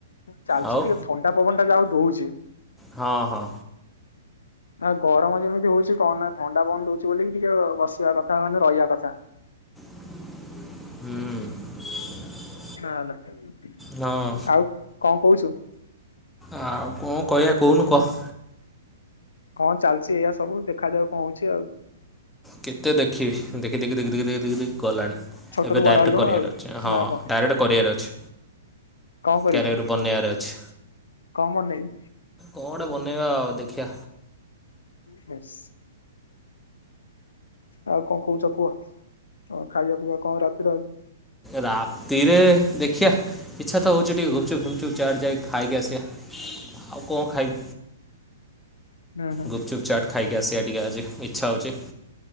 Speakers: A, on the left; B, in the centre.
A: ମୁଁ ଚାଲିଚି
B: ଆଉ
A: ଟିକେ ଥଣ୍ଡା ପବନ ଟା ଯା ହଉ ଦଉଛି।
B: ହଁ ହଁ।
A: ନା ଗରମ ଯେମିତି ହଉଛି କଣ ନା ଥଣ୍ଡା ପନ୍ ଦଉଛି ବୋଲି ଟିକେ ବସିବା କଥା ମାନେ ରହିବା କଥା।
B: ହୁଁ।
A: ହ ହେଲା
B: ହଁ
A: ଆଉ କଣ କହୁଚୁ।
B: ଆଉ କଣ କହିବା କହୁନୁ କହ।
A: କଣ ଚାଲିଛି ଏଇଆ ସବୁ ଦେଖାଯାଉ କଣ ହଉଛି ଆଉ।
B: କେତେ ଦେଖିବି ଦେଖି ଦେଖି ଦେଖି ଦେଖ ଦେଖି ଦେଖି ଦେଖି ଗଲାଣି।
A: ଛୋଟରୁୁ
B: ଏବେ ଡାଇରେକ୍ଟ
A: ବଡ ହେଲୁଣି
B: କରିବାର
A: ଆଉ
B: ଅଛି ହଁ
A: ନା କଣ
B: ଡାଇରେକ୍ଟ କରିବାର ଅଛି।
A: କଣ କରିବୁ
B: କ୍ୟାରିଅର୍ ବନେଇବାରେ ଅଛି
A: କଣ ବନେଇବୁ
B: କଣ ବନେଇବା ଆ ଦେଖିବା।
A: ବାସ୍। ଆଉ କଣ କହୁଛ କୁହ ହ ଖାଇବା ପିଇବା କଣ ରାତିରେ ଆଜି।
B: ରାତିରେ ଦେଖିଆ। ଇଚ୍ଛା ତ ହଉଛି ଟିକେ ଘୁପଚୁପ ଫୁପଚୁପ୍ ଚାଟ ଯାଇ ଖାଇକି ଆସିବା ଆଉ କଣ ଖାଇବୁ।
A: ହୁଁ ହୁଁ
B: ଗୁପଚୁପ ଚାଟ୍ ଖାଇକି ଆସିବା ଟିକେ ଆଜି ଇଚ୍ଛା ହଉଛି।